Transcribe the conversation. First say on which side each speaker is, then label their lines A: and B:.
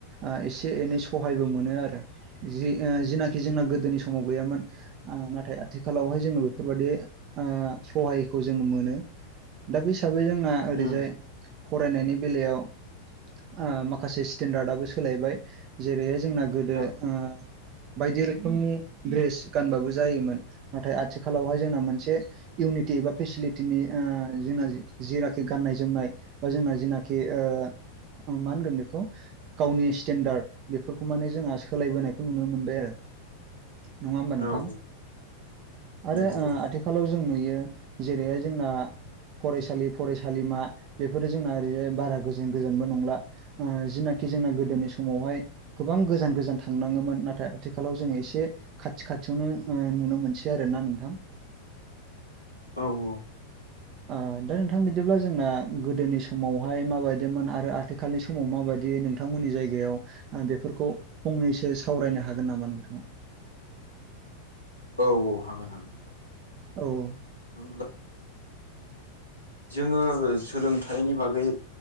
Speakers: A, on the right; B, on the right.
A: ओ एसे एनै सहायबो मोनो आरो जि ओ जिना जोंना
B: उम
A: गोदोनि समाव गैयामोन। नाथाय आथिखालावहाय जोंङो बेफोरबायदि ओ सहायखौ जों मोनो दा बे हिसाबै जोंना ओरैजाय
B: उम
A: फरायनायनि बेलायाव ओ माखासे स्टेन्डार्डआबो सोलायबाय जेरैहाय जोंना गोदो
B: औ
A: ओ बायदि रोखोमनि ड्रेस गानबाबो जायोमोन नाथाय आथि आथिखालावहाय जोंना मोनसे। इउनिटि एबा फेसिलिटिनि ओ जोंना जेनाखि गाननाय जोमनाय बा जोंना जिनाखि ओ मा होनगोन बेखौ गावनि स्टेन्डार्ड बेफोरखौ माने जोंहा सोलायबोनायखौ नुनो मोनबाय आरो। नङा होमबा नोंथां?
B: औ
A: आरो
B: नंगौ
A: ओ आथिखालाव जों नुयो जेरैहाय जोंना फरायसालि फरायसालिमा बेफोरो जोंना ओरैजाय बारा गोजोन गोजोनबो नंला। ओ जिनाखि जोंना गोदोनि समावहाय गोबां गोजान गोजान थांनाङोमोन नाथाय आथिखालाव जोङो एसे खाथि खाथियावनो ओ नुनो मोनसै आरो ना नोंथां?
B: औ औ।
A: ओ दा नोंथां बिदिब्ला जोंना गोदोनि समावहाय माबायदिमोन आरो आथिखालनि स समाव माबायदि नोंथांमोननि जायगायाव ओ बेफोरखौ फंनैसो सावरायनो हागोन नामा नोंथाङा?
B: औ औ हागोन हागोन।
A: औ
B: ओ जोङो सोलोंथाइनि बागै